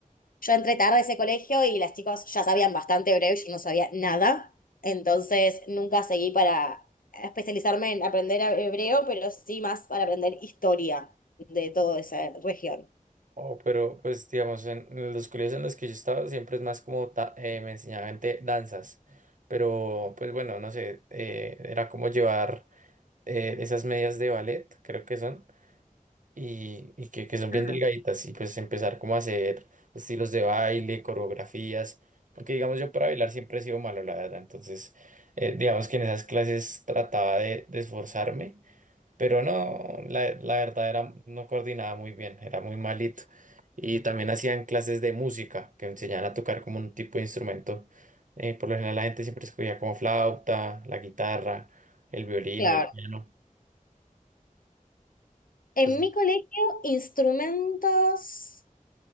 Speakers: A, on the left (about 80°); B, on the right (about 65°).
A: Yo entré tarde a ese colegio y las chicas ya sabían bastante hebreo y yo no sabía nada. Entonces nunca seguí para especializarme en aprender hebreo, pero sí más para aprender historia de toda esa región.
B: Oh, pero pues digamos, en en los colegios en los que yo estaba siempre es más como ta- eh, me enseñaban te- danzas. Pero pues bueno, no sé, eh, era como llevar eh, esas medias de ballet, creo que son. y, y que, que son bien
A: Ah,
B: delgaditas y pues empezar como a hacer estilos de baile, coreografías, porque digamos yo para bailar siempre he sido malo, la verdad, entonces eh, digamos que en esas clases trataba de, de esforzarme, pero no, la, la verdad era, no coordinaba muy bien, era muy malito. Y también hacían clases de música que enseñaban a tocar como un tipo de instrumento. Eh, por lo general la gente siempre escogía como flauta, la guitarra, el violín
A: Claro.
B: o el piano.
A: En
B: Entonces,
A: mi colegio, instrumentos.